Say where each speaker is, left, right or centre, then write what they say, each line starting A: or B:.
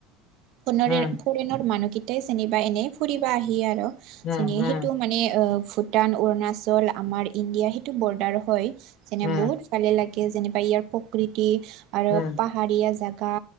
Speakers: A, on the right; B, on the left.
A: ফোনৰেৰ
B: উম
A: ফোন ফৰেনৰ মানুহকেইটাই যেনিবা এনে ফুৰিব আহি আৰু
B: উম
A: যেনি
B: উম
A: সেইটো মানে মনে ভূটান, অৰুণাচল, আমাৰ ইণ্ডিয়া সেইটো বৰ্ডাৰ হয়, যেনে
B: উম
A: বহুত ফালে লাগে যেনিবা, ইয়াৰ প্ৰকৃতি আৰু
B: উম
A: পাহাৰীয়া জেগা